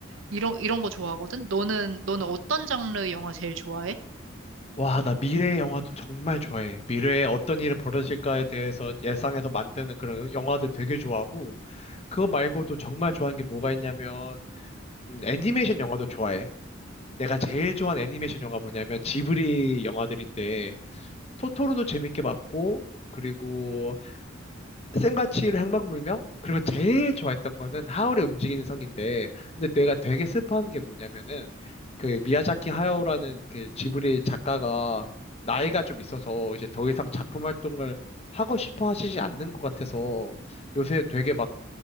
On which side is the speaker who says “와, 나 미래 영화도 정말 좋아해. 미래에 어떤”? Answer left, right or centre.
Left